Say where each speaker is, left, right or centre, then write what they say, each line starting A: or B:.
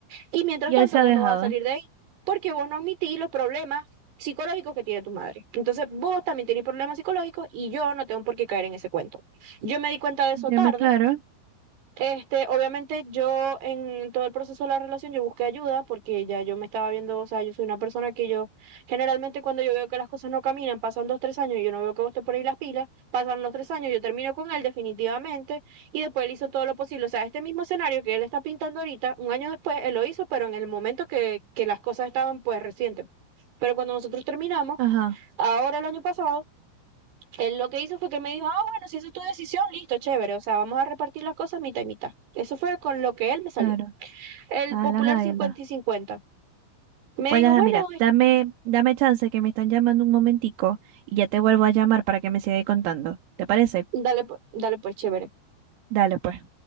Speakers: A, on the right (about 55°); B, on the right (about 80°).
A: y mientras
B: y
A: tanto,
B: él se ha
A: vos
B: dejado.
A: no vas a salir de ahí porque vos no admitís los problemas psicológicos que tiene tu madre. Entonces, vos también tenés problemas psicológicos y yo no tengo por qué caer en ese cuento. Yo me di cuenta de eso
B: ¿Ya
A: tarde
B: me claro?
A: este, obviamente yo en todo el proceso de la relación yo busqué ayuda porque ya yo me estaba viendo, o sea, yo soy una persona que yo generalmente cuando yo veo que las cosas no caminan, pasan dos, tres años y yo no veo que vos te ponéis las pilas, pasan los tres años, yo termino con él definitivamente y después él hizo todo lo posible. O sea, este mismo escenario que él está pintando ahorita, un año después él lo hizo, pero en el momento que, que las cosas estaban pues recientes. Pero cuando nosotros terminamos,
B: Ajá,
A: ahora el año pasado... Él lo que hizo fue que me dijo, ah, bueno, si esa es tu decisión, listo, chévere, o sea, vamos a repartir las cosas mitad y mitad. Eso fue con lo que él me salió.
B: claro.
A: El
B: A
A: popular
B: la jaiba.
A: 50 y 50. Me
B: Pues
A: dijo,
B: ajá,
A: bueno,
B: mira,
A: es-
B: dame, dame chance que me están llamando un momentico y ya te vuelvo a llamar para que me sigáis contando. ¿Te parece?
A: dale, pu- dale pues, chévere.
B: Dale, pues.